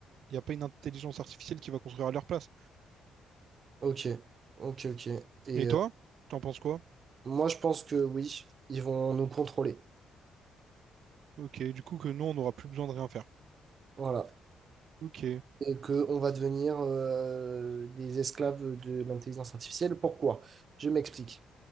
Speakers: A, on the right; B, on the right.
A: y a pas une intelligence artificielle qui va construire à leur place.
B: Ok. Ok, ok. Et
A: Et toi,
B: euh,
A: t'en penses quoi?
B: Moi, je pense que oui, ils vont nous contrôler.
A: Ok, du coup que nous, on n'aura plus besoin de rien faire.
B: Voilà.
A: Ok,
B: Et qu'on va devenir euh, des esclaves de l'intelligence artificielle. Pourquoi? Je m'explique.